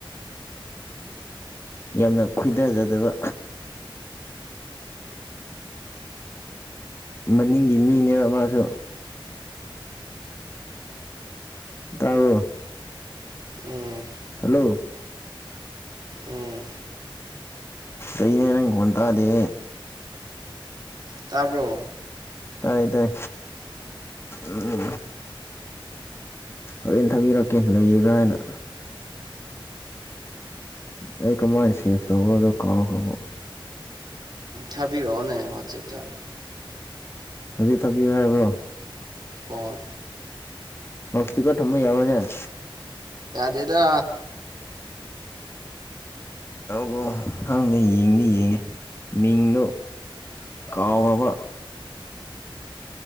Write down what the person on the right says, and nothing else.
ꯎꯝ
ꯎꯝ
ꯇꯔꯕꯣ
ꯊꯕꯤꯔꯑꯣꯣꯅꯦ ꯍꯆꯦꯠꯇ
ꯑꯣ
ꯗꯦꯗꯣ